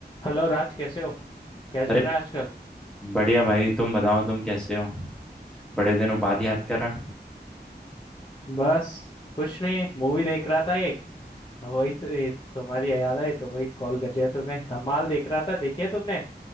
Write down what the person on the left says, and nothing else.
हेलो राज कैसे हो क्या चल
रहा है आजकल
बस कुछ नहीं मूवी देख रहा था एक वही तो ये तुम्हारी याद आई तो वही कॉल कर लिया तुम्हें धमाल देख रहा था देखी है तुमने